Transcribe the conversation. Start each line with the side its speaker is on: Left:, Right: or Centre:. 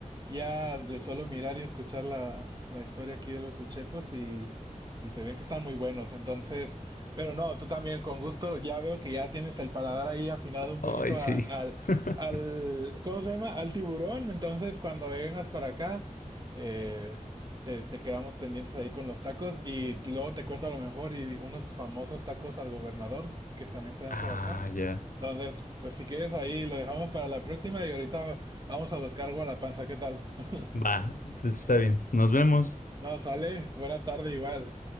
Right: ya de solo mirar y escuchar la, la historia aquí de los uchepos y, y se ven que están muy buenos, entonces, pero no, tú también con gusto, ya veo que ya tienes el paladar ahí afinado un poquito
Left: Ay, sí.
Right: a- al,
Left: <laughs>
Right: al, ¿cómo se llama? Al tiburón, entonces cuando vengas para acá, eh, te, te quedamos pendientes ahí con los tacos y luego te cuento a lo mejor y unos famosos tacos al gobernador que también se dan
Left: Ah,
Right: por acá.
Left: ya.
Right: Entonces, pues si quieres ahí, lo dejamos para la próxima y ahorita vamos a buscar Gualapanza, ¿qué tal? <laughs>
Left: Va, pues está bien. Nos vemos.
Right: No, sale, buena tarde igual.